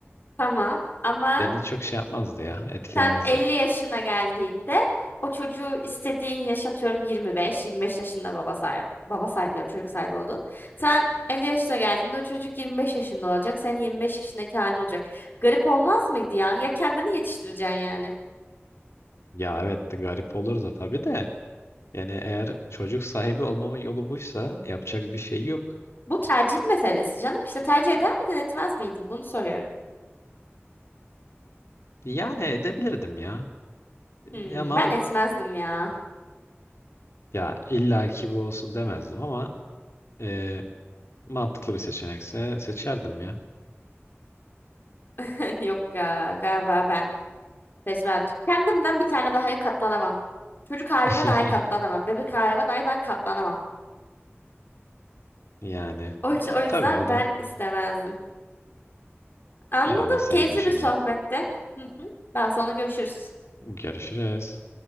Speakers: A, on the left; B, on the left.
A: Tamam. Ama
B: beni çok şey yapmazdı ya etkilemezdi.
A: sen 50 yaşına geldiğinde o çocuğu istediğin yaşatıyorum yirmi beş yirmi beş yaşında baba sahibi. Baba sahibi diyorum, çocuk sahibi oldun. Sen 50 yaşına geldiğinde o çocuk 25 yaşında olacak. Senin 25 yaşındaki halin olacak. Garip olmaz mıydı ya? Ya kendini yetiştireceksin yani.
B: Ya evet de garip olurdu tabii de yani eğer çocuk sahibi olmamın yolu buysa yapacak bir şey yok.
A: Bu tercih meselesi canım. İşte tercih eder miydin, etmez miydin? Bunu soruyorum.
B: Yani edebilirdim ya E,
A: Hmm,
B: ama
A: ben etmezdim ya.
B: ya illa ki bu olsun demezdim ama e, mantıklı bir seçenekse seçerdim ya.
A: <laughs> Yok ya galiba ben seçmem. Kendimden bir tane daha katlanamam. Çocuk halime
B: <laughs>
A: dahi katlanamam. Bebek halime dahi ben katlanamam.
B: Yani
A: O, yüz-
B: e,
A: o yüzden
B: tabii o da
A: ben istemezdim. Anladım.
B: ya o da senin
A: Keyifli
B: düşüncen.
A: bir sohbetti. Hı hı. Daha sonra görüşürüz.
B: Görüşürüz.